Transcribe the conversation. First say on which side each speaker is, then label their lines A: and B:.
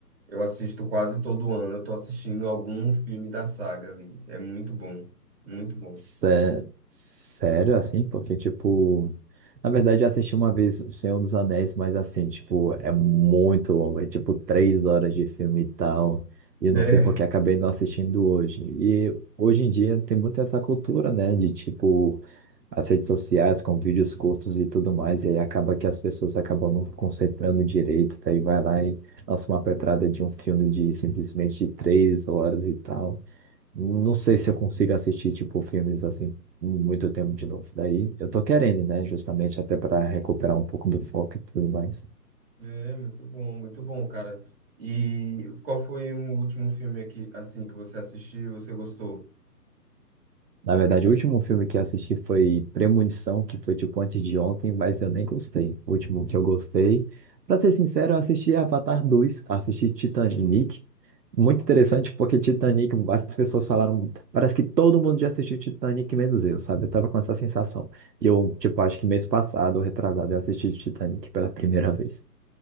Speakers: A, on the right (about 35°); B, on the right (about 80°).
A: Eu assisto quase todo ano, eu tô assistindo algum filme da saga ali. É muito bom, muito bom.
B: Sé- Sério, assim, porque, tipo, na verdade eu assisti uma vez O Senhor dos Anéis, mas assim, tipo, é muito longo, é tipo três horas de filme e tal, e eu não
A: É,
B: sei porque acabei não assistindo hoje. E hoje em dia tem muito essa cultura, né, de tipo, as redes sociais com vídeos curtos e tudo mais, e aí acaba que as pessoas acabam não concentrando direito, daí vai lá e lança uma pedrada de um filme de simplesmente três horas e tal. Não sei se eu consigo assistir, tipo, filmes assim, muito tempo de novo. Daí eu tô querendo, né? Justamente até para recuperar um pouco do foco e tudo mais.
A: é muito bom, muito bom, cara. E qual foi o último filme aqui, assim, que você assistiu e você gostou?
B: Na verdade, o último filme que eu assisti foi Premonição, que foi tipo antes de ontem, mas eu nem gostei. O último que eu gostei, pra ser sincero, eu assisti Avatar dois, assisti Titanic. Muito interessante porque Titanic, as pessoas falaram, parece que todo mundo já assistiu Titanic, menos eu, sabe? Eu tava com essa sensação. E eu, tipo, acho que mês passado, ou retrasado, eu assisti Titanic pela primeira vez.